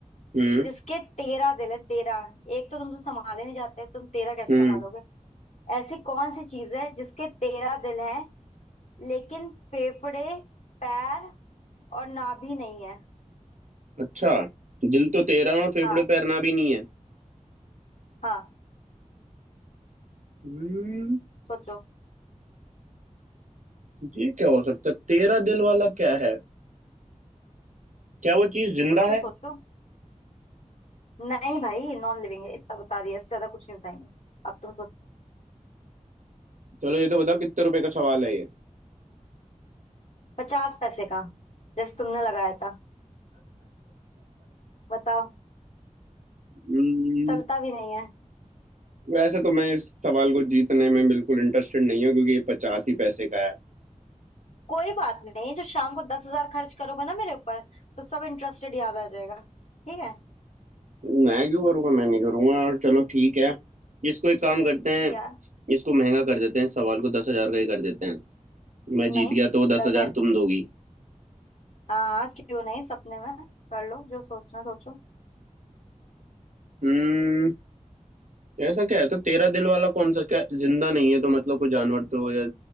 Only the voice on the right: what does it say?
हम्म
हम्म
अच्छा दिल तो तेरा और फेफड़े
पैरना भी नहीं है
हम्म
ये क्या हो सकता है तेरा दिल वाला क्या है क्या वो चीज जिंदा
है
चलो ये तो बताओ कितने रुपए का सवाल है ये
हम्म,
वैसे तो मैं इस सवाल को जीतने में बिल्कुल इंटरेस्टेड नहीं हूँ क्योंकि ये पचास ही पैसे का है
मैं क्यों करूँगा मैं नहीं करूँगा और चलो ठीक है इसको एक काम करते हैं
इसको महंगा कर देते हैं इस सवाल को दस हजार का ही कर देते हैं मैं
जीत गया तो दस
हजार
तुम दोगी
हम्म ऐसा क्या है तो तेरा दिल वाला कौन सा क्या जिंदा नहीं है तो मतलब कोई जानवर तो या